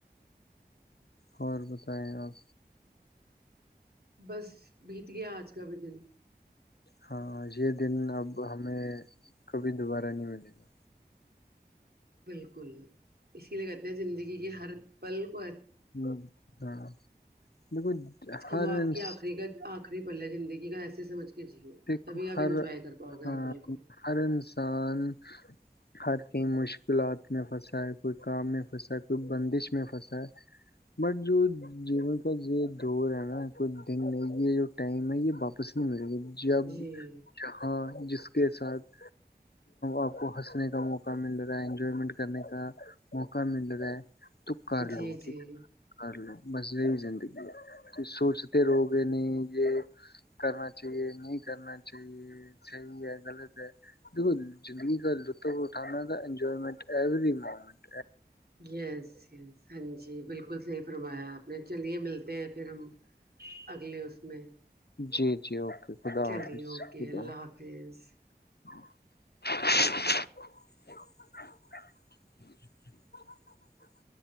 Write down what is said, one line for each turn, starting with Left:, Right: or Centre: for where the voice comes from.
Left: اور بتائیں آپ
Right: بس بیت گیا آج کا بھی دن
Left: ہاں یہ دن اب ہمیں کبھی دوبارہ نہیں ملے گا
Right: بالکل اسی لیے کہتے ہیں زندگی کے ہر پلک
Left: ہ ہاں دیکھو
Right: کہ
Left: ہر
Right: وہ آپ
Left: انس
Right: کی آخری کا آخری پل ہے زندگی کا ایسے سمجھ کے جیو
Left: دیکھو
Right: تبھی آپ
Left: ہر
Right: انجوائے کر پاؤ گے
Left: ہ
Right: ہر پل کو
Left: ہر انسان ہر کہیں مشکلات میں پھنسا ہے کوئی کام میں پھنسا ہے کوئی بندش میں پھنسا ہے بٹ جو جیون کا یہ دور ہے نا کو دن ہے یہ جو ٹائم ہے یہ واپس نہیں ملے گی جب
Right: جی
Left: جہاں جس کے ساتھ آپ کو ہنسنے کا موقع مل رہا ہے انجوائمنٹ کرنے کا موقع مل رہا ہے تو کر
Right: جی
Left: لو ٹھیک
Right: جی
Left: کر ل مزی زندگی ہے سوچتے رہو گے نہیں یہ کرنا چاہیے نہیں کرنا چاہیے صحیح ہے غلط ہے دیکھو زندگی کا لطف اٹھانا تھا enjoyment every moment
Right: yes yes ہاں جی بالکل صحیح فرمایا آپ نے چلیے ملتے ہیں پھر ہم اگلے اس میں
Left: جی جی اوکے خدا
Right: چلیے
Left: حافظ
Right: اوکے
Left: خدا
Right: اللہ حافظ
Left: <unintelligible>